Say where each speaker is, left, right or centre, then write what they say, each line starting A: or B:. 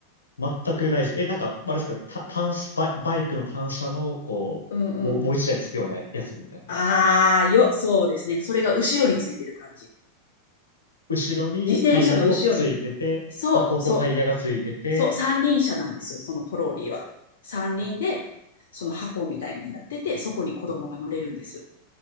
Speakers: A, on the left; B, on the left.
A: 全くないです。え、なんか、あれですか、た、単車、バイバイクの単車の、こう、
B: うんうん。
A: もう、もう一台つくようなやつみたいな感じですか。
B: あーよ、そうですね。それが後ろについてる感じ。
A: 後ろにタイヤもついてて、
B: 自転車の後ろに。そう、
A: 箱とタイヤがついてて、
B: そう、そう、三輪車なんですよ、そのトローリーは。三輪で、
A: あ、
B: その箱みたいになってて、そこに子供が乗れるんです。